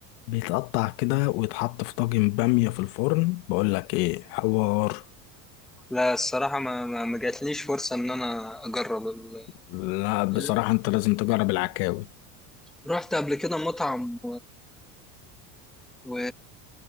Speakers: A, on the left; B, in the centre.
A: بيتقطع كده ويتحط في طاجن بامية في الفرن بقول لك ايه حوار
B: لا الصراحه ما ما ما جاتليش فرصه ان انا اجرب ال...
A: لا بصراحة
B: ال-
A: انت لازم تجرب العكاوي
B: رحت قبل كده مطعم و...